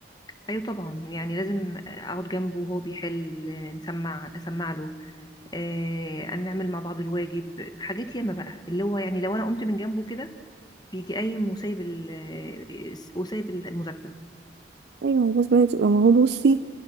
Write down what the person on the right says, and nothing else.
ايوه بس بنت- ما هو بصي